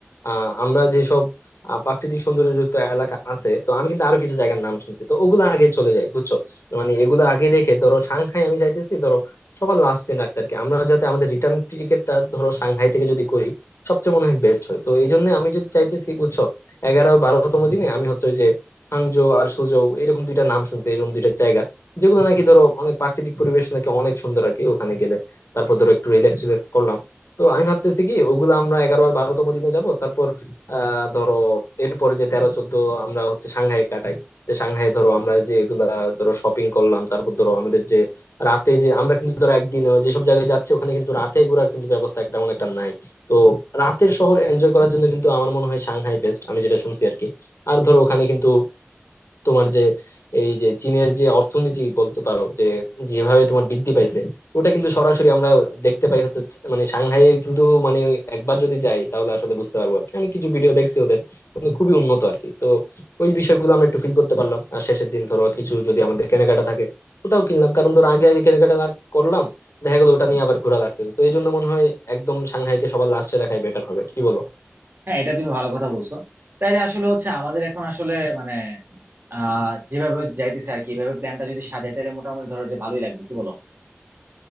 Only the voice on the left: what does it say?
আহ আমরা যেসব আহ, প্রাকৃতিক সৌন্দর্যযুক্ত এলাকা আছে তো আমি কিন্তু আরো কিছু জায়গার নাম শুনছি তো ওগুলো আগে চলে যাই বুঝছো মানে এগুলো আগে রেখে ধরো সাংহাই আমি চাইতেছি ধরো সবার লাস্ট দিন রাখতে আর কি আমরা যাতে আমাদের রিটার্ন টিকিটটা ধরো সাংহাই থেকে যদি করি সবচেয়ে মনে হয় বেস্ট হয় তো এই জন্য আমি যদি চাইতেছি বুঝছো এগারো আর বারোতম দিনে আমি হচ্ছে ওই যে হাংজো আর সুজৌ এরকম দুইটা নাম শুনছি এরকম দুইটা জায়গা যেগুলো নাকি ধরো অনেক প্রাকৃতিক পরিবেশ নাকি অনেক সুন্দর আর কি ওখানে গেলে তারপর ধরো একটু রিল্যাক্স রিল্যাক্স করলাম তো আমি ভাবতেছি কি ওগুলো আমরা এগারো আর বারোতম দিনে যাব তারপর আহ ধরো এরপরে যে তেরো চোদ্দ আমরা হচ্ছে সাংহাইয়ে কাটাই যে সাংহাইয়ে ধরো আমরা যে এগুলা ধরো শপিং করলাম তারপর ধরো আমাদের যে রাতে যে আমরা কিন্তু ধরো একদিন যেসব জায়গায় যাচ্ছি ওখানে কিন্তু রাতে ঘোরার কিন্তু ব্যবস্থা একটা তেমন একটা নাই তো রাতের শহর এনজয় করার জন্য কিন্তু আমার মনে হয় সাংহাই বেস্ট আমি যেটা শুনছি আর কি আর ধরো ওখানে কিন্তু তোমার যে এই যে চীনের যে অর্থনীতি বলতে পারো যে যেভাবে তোমার বৃদ্ধি পাইছে ওটা কিন্তু সরাসরি আমরা দেখতে পাই হচ্ছে মানে সাংহাইয়ে কিন্তু মানে একবার যদি যাই তাহলে আসলে বুঝতে পারবো আর কি আমি কিছু ভিডিও দেখছি ওদের মানে খুবই উন্নত আর কি তো ওই বিষয়গুলো আমরা একটু ফিল করতে পারলাম আর শেষের দিন ধরো কিছু যদি আমাদের কেনাকাটা থাকে ওটাও কিনলাম কারণ ধরো আগে আগে কেনাকাটা না করলাম দেখা গেলো ওটা নিয়ে আবার ঘোরা লাগতেছে তো এই জন্য মনে হয় একদম সাংহাইকে সবার লাস্টে রাখাই বেটার হবে কি বলো